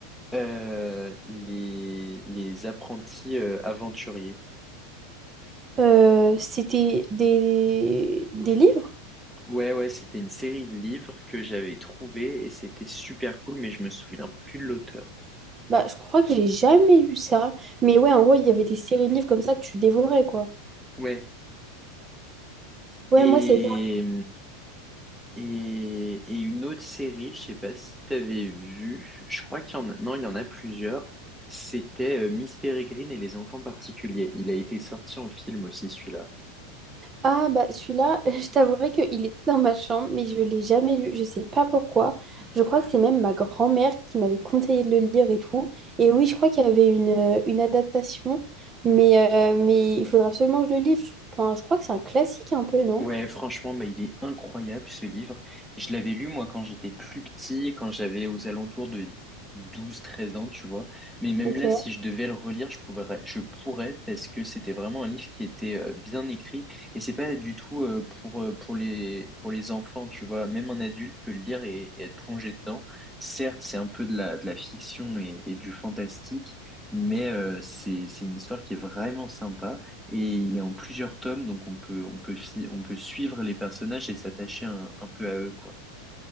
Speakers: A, in the centre; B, on the right.
A: euh, les, les apprentis euh, aventuriers.
B: Euh, c'était des, des livres?
A: Ouais, ouais, c'était une série de livres que j'avais trouvé et c'était super cool, mais je me souviens plus de l'auteur.
B: Bah, je crois que j'ai jamais lu ça. Mais ouais, en gros, il y avait des séries de livres comme ça que tu dévorais, quoi.
A: Ouais.
B: Ouais,
A: Et,
B: moi, c'est
A: et, et une autre série, je sais pas si t'avais vu, je crois qu'il y en a, non, il y en a plusieurs. C'était euh, Miss Peregrine et les enfants particuliers. Il a été sorti en film aussi, celui-là.
B: Ah bah celui-là, <laughs> je t'avouerai qu'il était dans ma chambre, mais je l'ai jamais lu. Je sais pas pourquoi. Je crois que c'est même ma grand-mère qui m'avait conseillé de le lire et tout. Et oui, je crois qu'il y avait une, euh, une adaptation, mais, euh, mais il faudra absolument que je le lise. Je- Enfin, je crois que c'est un classique un peu, non?
A: Ouais, franchement, bah, il est incroyable ce livre. Je l'avais lu moi quand j'étais plus petit, quand j'avais aux alentours de douze, treize ans, tu vois. Mais même
B: Ok.
A: là, si je devais le relire, je pourrais, je pourrais parce que c'était vraiment un livre qui était euh, bien écrit et c'est pas du tout euh, pour euh, pour les pour les enfants, tu vois. Même un adulte peut le lire et, et être plongé dedans. Certes, c'est un peu de la de la fiction et, et du fantastique, mais euh, c'est c'est une histoire qui est vraiment sympa. Et il est en plusieurs tomes, donc on peut, on peut, fi- on peut suivre les personnages et s'attacher un, un peu à eux, quoi.